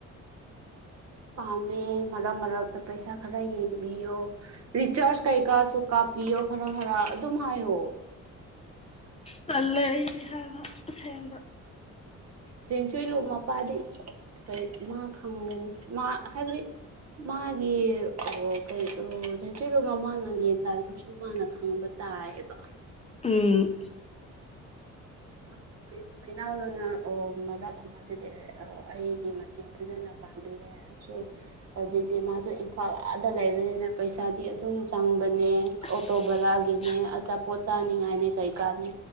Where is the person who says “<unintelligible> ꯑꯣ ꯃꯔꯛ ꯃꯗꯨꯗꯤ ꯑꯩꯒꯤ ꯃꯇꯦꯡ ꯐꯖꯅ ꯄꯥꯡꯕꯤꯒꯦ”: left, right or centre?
Right